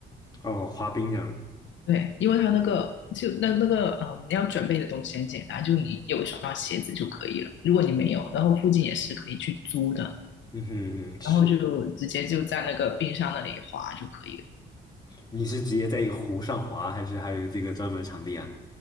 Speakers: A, on the left; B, on the left.
A: 哦，滑冰这样，
B: 对，因为它那个就那那个嗯，你要准备的东西很简单，就你有一双鞋子就可以了。如果你没有，然后附近也是可以去租的。
A: 嗯哼，嗯是，
B: 然后就直接就在那个冰箱那里滑就可以了。
A: 你是直接在一个湖上滑，还是还有这个专门场地啊？